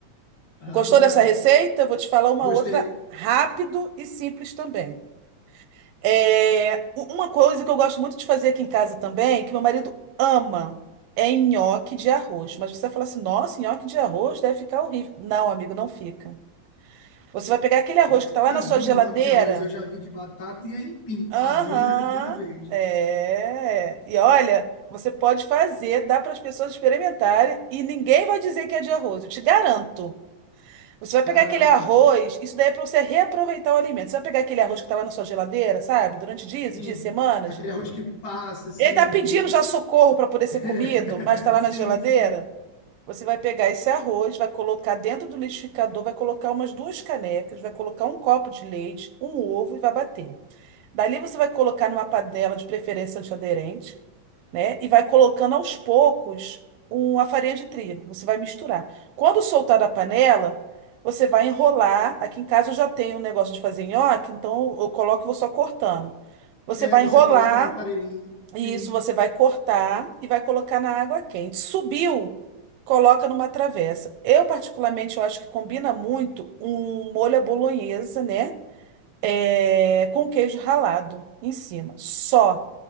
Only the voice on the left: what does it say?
Ah,
tomara.
Gostei.
Nunca
vi
nhoque de arroz, eu já vi de batata e aipim.
Arroz é a primeira vez.
Caraca,
sim.
Aquele arroz que passa, assim,
os
giros.
<laughs>
Sim,
sim.
É,
você
coloca no aparelhinho. Sim.